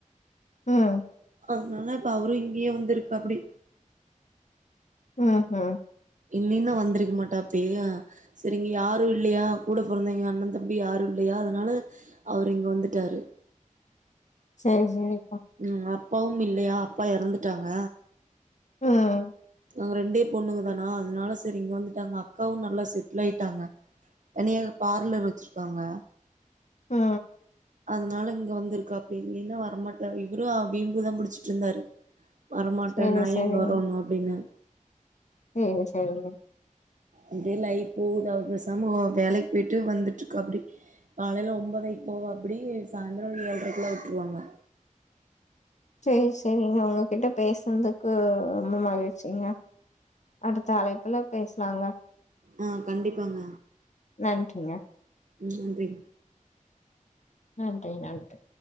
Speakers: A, on the left; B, on the right.
A: ம்
B: அதனால இப்ப அவரு இங்கேயே வந்து இருக்காப்டி
A: உம் உம்
B: இல்லைனா வந்திருக்க மாட்டாப்டி செரி இங்க யாரு இல்லயா கூட பெறந்தவங்க அண்ணன் தம்பி யாரு இல்லையா அதனால அவரு இங்க வந்துடாரு
A: செரி செரி
B: ம் ஆ ப்பாவு இல்லயா அப்பா எறந்துட்டாங்க
A: ம்
B: நாங்க ரெண்டே பொண்ணுங்க தானா அதனால செரி இங்க வந்துட்டாங்க அக்காவு நல்லா செட்டில் ஆய்ட்டாங்க தனியாக பார்லர் வச்சிரு ருக்காங்க
A: ஹ
B: அதனால இங்க வந்திருக்காப்டி இல்லின்னா வரமாட்டா இவரு வீம்புதா புடிச்சிட்டு இருந்தாரு வரமாட்ட
A: சேரி
B: நா
A: சேரிங்க
B: எங்க வரணு அப்டின்னு
A: சேரி சேரிங்க
B: அப்டி லைப் போகுது அவ பேசாம அவ வேலைக்கு போய்ட்டு வந்துட்டு இருக்காப்டி காலைல ஒன்பதைக்கு போவாப்டி சாய்ந்திரம் ஏழ்ரைக்குள்ள விட்டுருவாங்க
A: சரி சேரிங்க உங்ககிட்ட பேசுதுக்கு ரொம்ப மகிழ் சிங்க அடுத்த அழைப்புல பேஸ்லாங்க
B: ஆ கண்டிப்பாங்க
A: நன்றிங்க
B: ம் நன்றி
A: நன்றி நன்றி